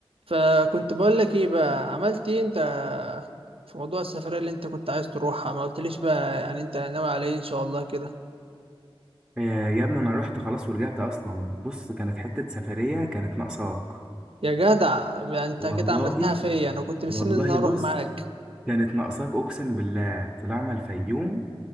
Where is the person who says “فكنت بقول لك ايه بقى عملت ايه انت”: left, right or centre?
Right